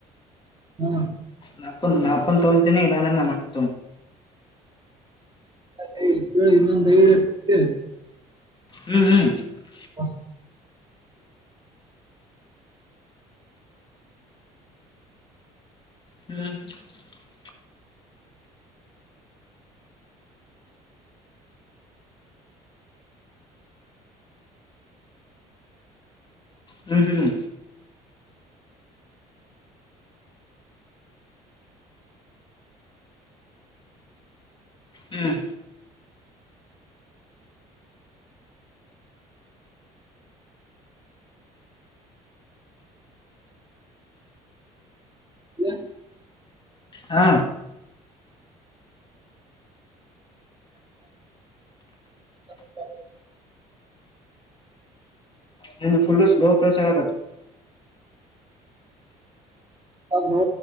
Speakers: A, on the right (about 25°); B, on the left (about 25°).
A: ಹ್ಮ
B: ನಾಪ ನಾಪ ತಂತೆನೆ ಇಲ್ಲಂದ ಮ ತ <inaudible>
A: ಅ ಕೇಳಿ ನೊಂದು ಡೆೇಳಿ <inaudible>
B: ಹ್ಮ್ ಹ್ಮ್ <unintelligible>
A: ಹ <inaudible>
B: ಹ <inaudible> ಹ್ಮ್ ಹ್ಮ್ ಹ್ಮ
A: ಹ
B: ಹಾ
A: ಹ <inaudible>
B: ನಿಮ ಫುಲ್ಲು ಸ್ಲೋ ಕೆಲ್ಸ ಆದು
A: ಹಲೋ